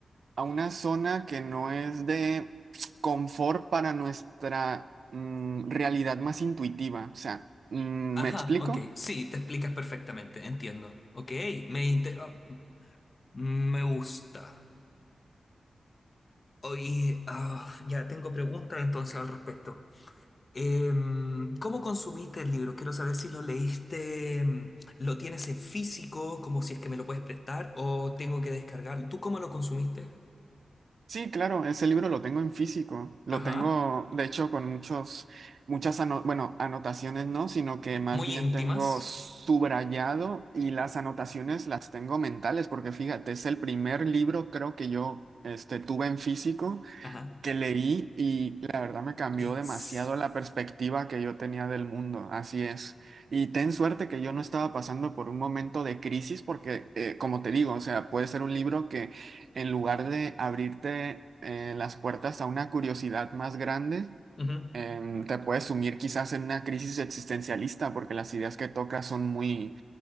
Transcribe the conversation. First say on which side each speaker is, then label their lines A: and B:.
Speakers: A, on the right; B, on the left.
A: a una zona que no es de confort para nuestra mm, realidad más intuitiva. O sea, mm,
B: ajá,
A: ¿me explico?
B: ok. Sí, te explicas perfectamente, entiendo. Ok, me, inte- ah, mm, me gusta. Oye, ah, ya tengo preguntas entonces al respecto. Em, ¿cómo consumiste el libro? Quiero saber si lo leíste, em, lo tienes en físico, como si es que me lo puedes prestar, o tengo que descargar. ¿Tú cómo lo consumiste?
A: Sí, claro, ese libro lo tengo en físico. Lo
B: Ajá,
A: tengo, de hecho, con muchos, muchas ano- bueno, anotaciones no, sino que más
B: muy
A: bien
B: íntimas.
A: tengo subrayado y las anotaciones las tengo mentales, porque fíjate, es el primer libro creo que yo este, tuve en físico.
B: Ajá.
A: que leí y la verdad me cambió
B: En
A: demasiado
B: serio.
A: la perspectiva que yo tenía del mundo, así es. Y ten suerte que yo no estaba pasando por un momento de crisis porque, eh, como te digo, o sea, puede ser un libro que en lugar de abrirte eh, las puertas a una curiosidad más grande,
B: Ujú.
A: em, te puede sumir quizás en una crisis existencialista porque las ideas que toca son muy...